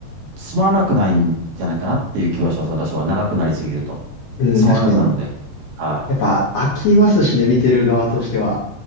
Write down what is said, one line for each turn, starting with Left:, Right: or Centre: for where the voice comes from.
Right: つまらなくないんじゃないかなっていう気はします、私は。長くなりすぎると。
Left: うん、
Right: つまらなくなるんで。
Left: 確かに。
Right: はい。
Left: やっぱ飽きますしね、見てる側としては。